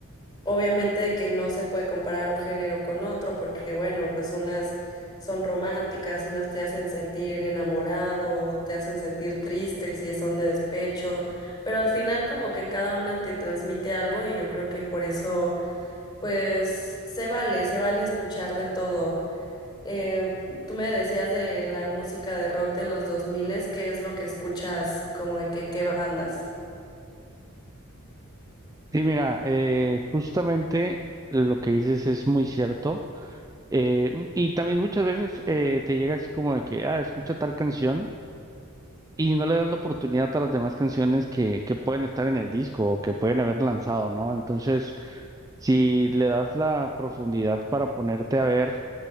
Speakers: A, on the left; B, on the right.
A: Obviamente de que no se puede comparar un género con otro, porque bueno, pues unas son románticas, unas te hacen sentir enamorado, te hacen sentir triste si son de despecho, pero al final como que cada una te transmite algo y yo creo que por eso pues se vale, se vale escuchar de todo. Eh, tú me decías de la música de rock de los 2000, ¿qué es lo que escuchas como de que qué bandas?
B: Sí, mira, eh, justamente lo que dices es muy cierto. eh, m- y también muchas veces eh, te llega así como de que, ah, escucha tal canción y no le das la oportunidad a las demás canciones que, que pueden estar en el disco o que pueden haber lanzado, ¿no? Entonces, si le das la profundidad para ponerte a ver,